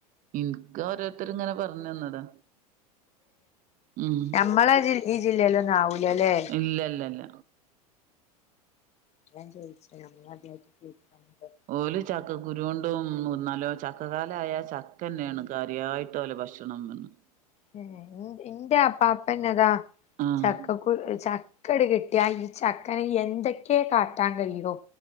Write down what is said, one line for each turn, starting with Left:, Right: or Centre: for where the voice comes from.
Right: ഇൻക്ക് ഓരോരുത്തര് ഇങ്ങനെ പറഞ്ഞ തന്നതാ ഉം
Left: ഞമ്മളെ ജ ഈ ജില്ലയിലൊന്നും ആവൂലല്ലേ
Right: ഇല്ല ഇല്ല ഇല്ല
Left: അതാ ഞാൻ ചോയിച്ചേ നമ്മള് അദ്യാട്ട് കേക്കാണല്ലോ
Right: ഓല ചക്ക കുരുണ്ടുംന്നല്ലോ ചക്കകാലായ ചക്കന്നെയാണ് കാര്യമായിട്ട ഓലെ ഭക്ഷ <unintelligible>
Left: ഹെ എന്റെ അപ്പാപ്പന്നതാ
Right: ആഹ്
Left: ചക്ക ക്ക് ചക്കട് കിട്ടിയ ഈ ചക്കന എന്തൊക്കെയ കാട്ടാൻ കഴിയോ